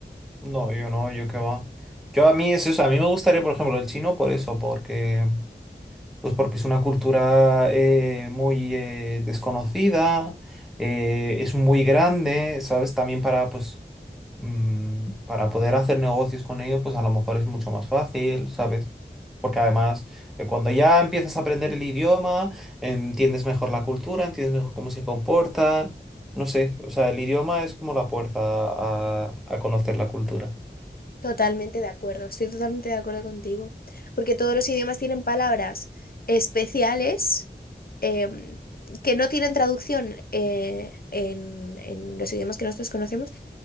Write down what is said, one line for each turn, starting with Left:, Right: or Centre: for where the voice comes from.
Centre: No, yo no, yo qué va. Yo a mí es eso, a mí me gustaría, por ejemplo, el chino por eso, porque Pues porque es una cultura eh, muy eh, desconocida, eh, es muy grande, ¿sabes? También para, pues, mm, para poder hacer negocios con ellos, pues a lo mejor es mucho más fácil, ¿sabes? Porque además, eh, cuando ya empiezas a aprender el idioma, entiendes mejor la cultura, entiendes mejor cómo se comportan, no sé, o sea, el idioma es como la puerta a, a conocer la cultura.
Left: Totalmente de acuerdo, estoy totalmente de acuerdo contigo, porque todos los idiomas tienen palabras especiales em, que no tienen traducción eh, en, en los idiomas que nosotros conocemos